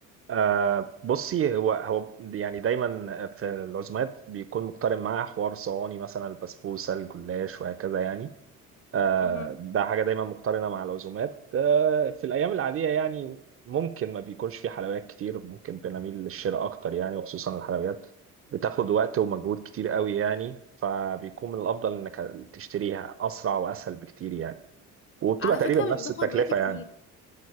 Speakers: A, on the right; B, on the left.
A: آه بصي هو هو يعني دايما في العزومات بيكون مقترن معاه حوار صواني مثلا البسبوسه الجلاش وهكذا يعني آه
B: مهم.
A: ده حاجه دايما مقترنه مع العزومات آه في الايام العاديه يعني ممكن ما بيكونش في حلويات كتير ممكن بنميل للشراء اكتر يعني وخصوصا الحلويات بتاخد وقت ومجهود كتير قوي يعني فبيكون من الافضل انك تشتريها اسرع واسهل بكتير يعني وبتبقى
B: على
A: تقريبا
B: فكره مش
A: نفس
B: بتاخد
A: التكلفه
B: وقت كتير
A: يعني